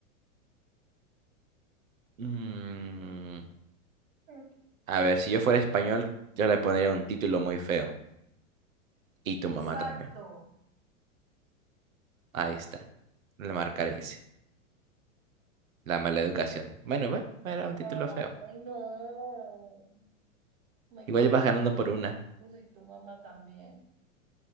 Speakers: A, on the right; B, on the right.
A: Mm,
B: Mm,
A: a ver, si yo fuera español, yo le pondría un título muy feo. Y tu
B: Exacto.
A: mamá también. Ahí está. Le marcaré ese. La mala educación. Bueno, bueno, era un título
B: Ay,
A: feo.
B: no, me equivoqué.
A: Igual ibas ganando por una.
B: Uy, y tu mamá también.